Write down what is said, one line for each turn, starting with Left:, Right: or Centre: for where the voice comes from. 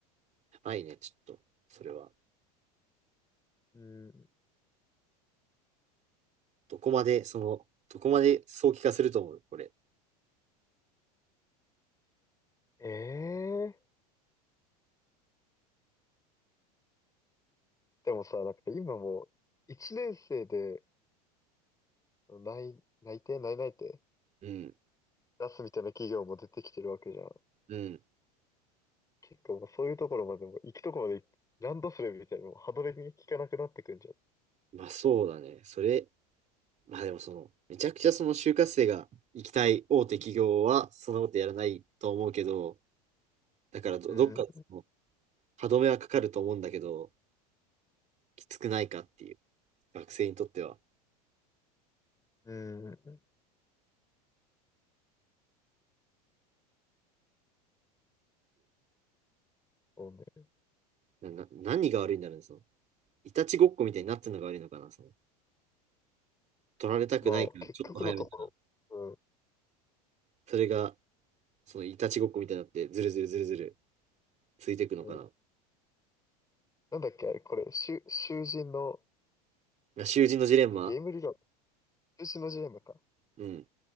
Right: やばいね、ちょっと、それは。
Left: に。うん。
Right: どこまで、その、どこまで早期化すると思う、これ。
Left: ええでもさ、なんか今もう、一年生で内、内定、内内定
Right: うん、
Left: 出すみたいな企業も出てきてるわけじゃん。
Right: うん。
Left: 結構もうそういうところまでも、行くところまで行っランドセルみたいなのも歯止めに効かなくなってくんじゃん。
Right: まあそうだね。それ、まあでもその、めちゃくちゃその就活生が行きたい大手企業は、そんなことやらないと思うけど、だからど、
Left: うん、
Right: どっかでその歯止めはかかると思うんだけど、きつくないかっていう、学生にとっては。
Left: うん。そうね。
Right: なな何が悪いんだろうね、その。いたちごっこみたいになってるのが悪いのかな、その。取られたくないから、
Left: まあ、結局のところ、
Right: ちょっと早めたら、それが、そのいたちごっこみたいになって、ずるずるずるずるついていくのかな。
Left: うん、うん。なんだっけ、あれ、これ、囚、囚人の、
Right: まあ囚人のジレンマ。
Left: ゲーム理論、囚人のジレンマか。
Right: うん。